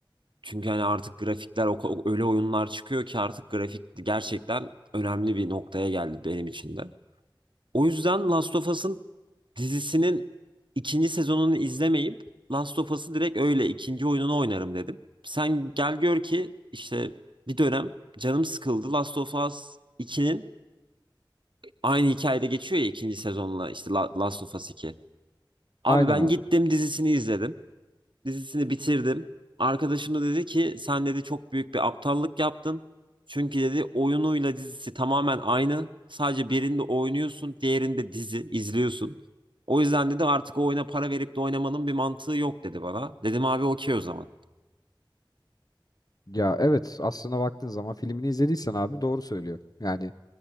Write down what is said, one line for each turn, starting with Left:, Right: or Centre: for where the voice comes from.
Right: Çünkü hani artık grafikler o, o- öyle oyunlar çıkıyor ki artık grafik gerçekten önemli bir noktaya geldi benim için de. O yüzden Last of Us'ın dizisinin ikinci sezonunu izlemeyip Last of Us'ı direkt öyle ikinci oyununu oynarım dedim. Sen gel gör ki işte bir dönem canım sıkıldı Last of Us 2'nin aynı hikayede geçiyor ya ikinci sezonla işte La- Last of Us 2. Abi
Left: Aynen
Right: ben
Left: abi.
Right: gittim dizisini izledim. dizisini bitirdim. Arkadaşım da dedi ki sen dedi çok büyük bir aptallık yaptın. Çünkü dedi oyunuyla dizisi tamamen aynı. Sadece birinde oynuyorsun, diğerinde dizi izliyorsun. O yüzden dedi artık o oyuna para verip de oynamanın bir mantığı yok dedi bana. Dedim abi okey o zaman.
Left: Ya evet aslına baktığın zaman filmini izlediysen abi doğru söylüyor. Yani